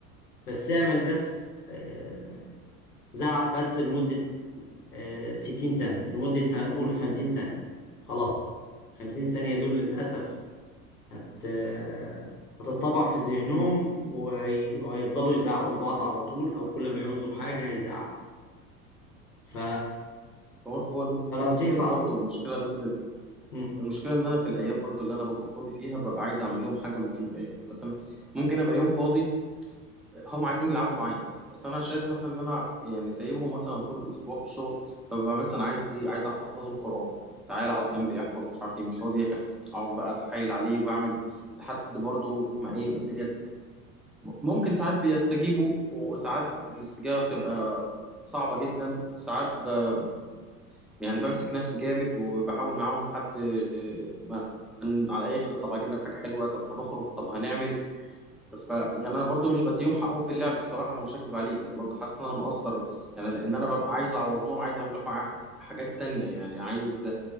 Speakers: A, on the left; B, in the centre.
A: بس اعمل بس آه، زعق بس لمدة آه، ستين ثانية لمدة هنقول خمسين ثانية خلاص خمسين ثانية دول للأسف هت... آه، هتتطبع في ذهنهم وهي... وهيفضلوا يزعقوا لبعض على طول أو كل ما يعوزوا حاجة هيزعقوا ف
B: هو هو الم- هو
A: فنصيحة
B: المشكلة برضه المشكلة إن أنا دل...
A: مم.
B: المشكلة إن أنا في الأيام برضه اللي أنا ببقى فاضي فيها ببقى عايز أعمل لهم حاجة مفيدة يعني مثلا ممكن أبقى يوم فاضي هم عايزين يلعبوا معايا بس انا شايف مثلا ان انا يعني سايبهم مثلا طول الاسبوع في الشغل فببقى مثلا عايز ايه عايز احفظهم قران تعال اقعد جنبي احفظ مش عارف ايه مش راضي يحفظ اقعد بقى اتحايل عليه واعمل لحد برضو ما ايه ما الدنيا ممكن ساعات بيستجيبوا وساعات الاستجابه بتبقى صعبه جدا ساعات ب... يعني بمسك نفسي جامد وبحاول معاهم لحد ما على الاخر طب هجيب لك حاجه حلوه طب هنخرج طب هنعمل ف يعني انا برضو مش بديهم حقهم في اللعب بصراحه انا مش هكدب عليك يعني برضو حاسس ان انا مقصر يعني لان انا ببقى عايز اعوض لهم عايز اعمل لهم ح- حاجات تانية يعني عايز